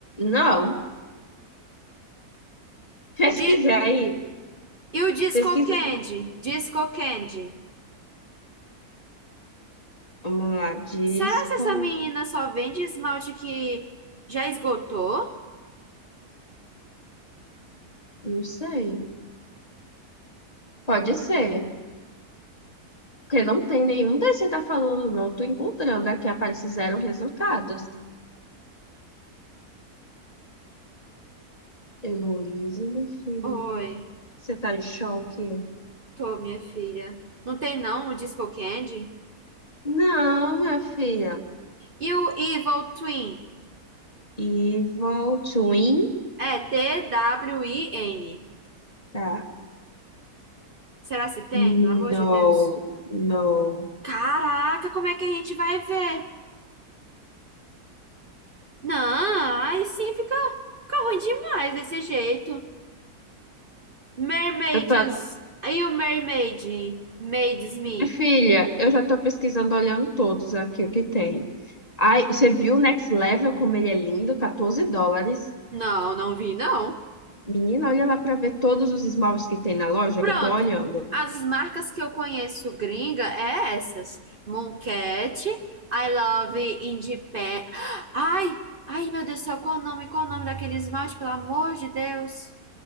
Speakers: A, on the left; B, on the right.
A: Não. Pesquisei
B: De
A: aí.
B: E o Disco
A: Pesquisa.
B: Candy? Disco Candy.
A: Vamos lá, disco.
B: Será que essa menina só vende esmalte que já esgotou?
A: Não sei. Pode ser. Porque não tem nenhum desses que você tá falando, não. Tô encontrando aqui, aparece zero resultados. Heloísa, meu filho.
B: Oi,
A: Você tá em choque?
B: tô, minha filha. Não tem não o Disco Candy?
A: Não, minha filha.
B: E o Evil Twin?
A: Evil Twin.
B: É T-W-I-N.
A: Tá.
B: Será se tem?
A: Não,
B: Pelo amor de Deus.
A: não.
B: Caraca, como é que a gente vai ver? Não, aí sim fica, fica ruim demais desse jeito. Mermaids.
A: Eu tô...
B: Aí o Mermaid. Maids Me.
A: Minha filha, eu já tô pesquisando, olhando todos aqui o que tem. Ai, você viu o Next Level, como ele é lindo? 14 dólares.
B: Não, não vi, não.
A: Menina, olha lá pra ver todos os esmaltes que tem na loja
B: Pronto.
A: que eu tô olhando.
B: As marcas que eu conheço gringa é essas. Mooncat, I Love Independent. Ai, ai, meu Deus do céu, qual o nome? Qual o nome daquele esmalte, pelo amor de Deus?